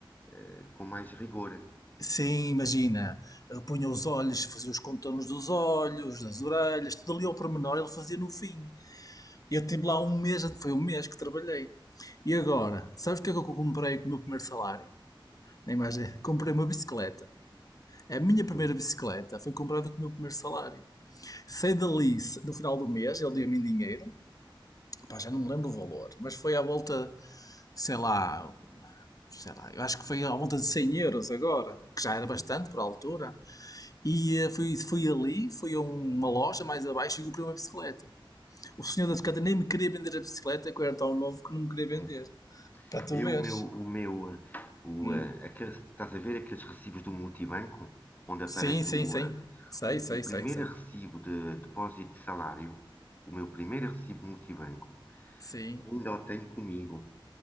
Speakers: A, on the left; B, on the left.
A: eh, com mais rigor.
B: Sim, imagina, ele punha os olhos, fazia os contornos dos olhos, das orelhas, tudo ali ao pormenor ele fazia no fim. Eu tive lá um mês, foi um mês que trabalhei. E agora, sabes o que é que eu comprei com o meu primeiro salário? na imagem <laughs> comprei uma bicicleta. A minha
A: Sim,
B: primeira bicicleta foi comprada com o meu primeiro salário. Saí dali se- no final do mês, ele deu-me em dinheiro, Pá, já não me lembro o valor, mas foi à volta, sei lá, sei lá, eu acho que foi à volta de 100 euros agora, que já era bastante
A: é isso,
B: para a altura. E eh, fui foi ali, fui a uma loja mais abaixo e comprei uma bicicleta. O senhor da bicicleta nem me queria vender a bicicleta, que eu era tão novo que não me queria vender.
A: é.
B: Para tu
A: Eu,
B: veres.
A: o meu, o meu, eh, o,
B: Hum.
A: eh, aquele, estás a ver aqueles recibos do multibanco, onde aparece
B: Sim, sim,
A: o,
B: sim.
A: eh,
B: Sei,
A: o,
B: sei,
A: o primeiro
B: sei, sei.
A: recibo de depósito de salário, o meu primeiro recibo multibanco,
B: Sim.
A: ainda o tenho comigo,